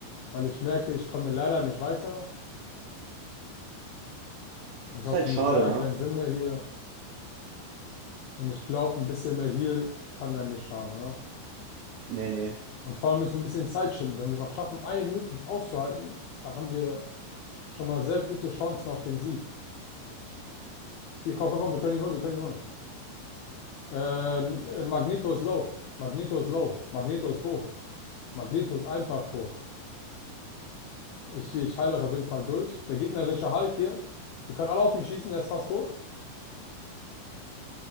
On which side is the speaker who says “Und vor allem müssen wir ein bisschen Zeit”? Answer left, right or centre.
Left